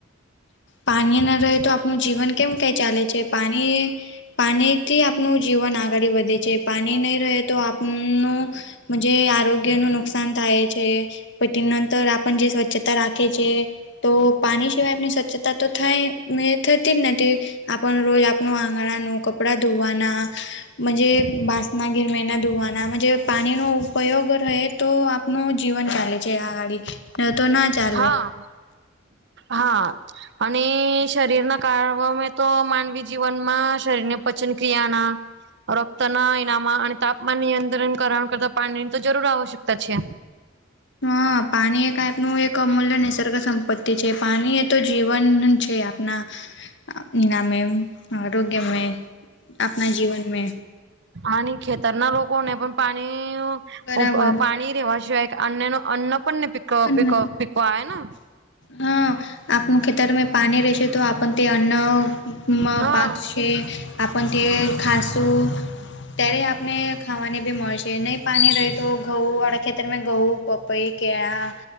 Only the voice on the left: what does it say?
પાણી ના રહે તો આપણ જીવન કેમ કઈ ચાલે છે પાણી પાણીથી આપનું જીવન આગળી વધે છે પાણી નહીં રહે તો આપનું જે આરોગ્યનું નુકસાન થાય છે પ તે નંતર આપણ જે સ્વચ્છતા રાખે છે તો પાણી સિવાય આપણી સ્વચ્છતા ત તો થંાય મે થતી જ નથી આપણ રોજ આપણું આંગણાનું કપડા ધોવાના જ બાસના ગિરમેના ધોવાનાજ પાણીનો ઉપયોગ રહે તો આપનું જીવન ચાલે છે આ ગાડી તો ના ચાલવે
હા પાણી એકનું એક અમૂલ્ય નિસર્ગ સંપત્તિ છે પાણી એ તો જીવન છે આપના એનામે આરોગ્ય મે આપના જીવન મે
બરાબર
પણ
હા આપનું ખેતરમાં પાણી રેશે તો આપણ તે અન્નમાં
પાક આપણ તે ખાસું ત્યારે આપને ખાવાની બી મળશે નહી પાણી રહી તો ઘઉં વાળા ખેતરમાં ઘઉં પઈ કેળં